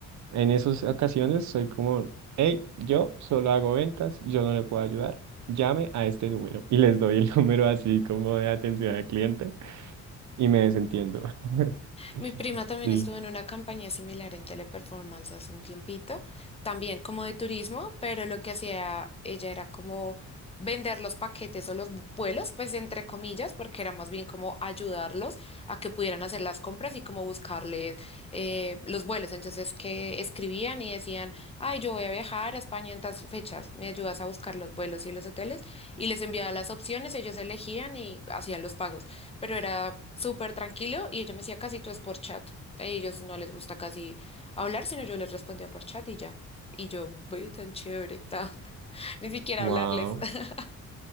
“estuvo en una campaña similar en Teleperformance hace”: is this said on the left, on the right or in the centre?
Left